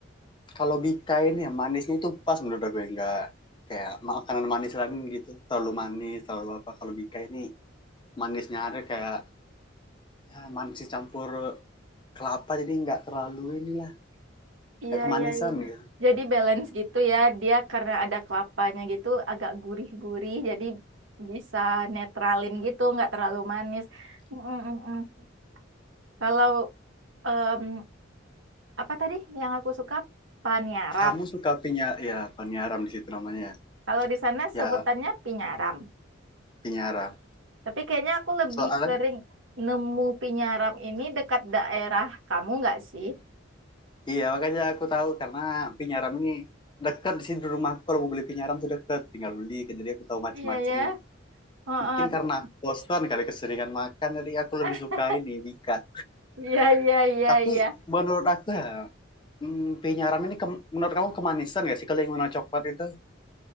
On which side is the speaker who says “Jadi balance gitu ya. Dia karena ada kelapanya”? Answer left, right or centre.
Right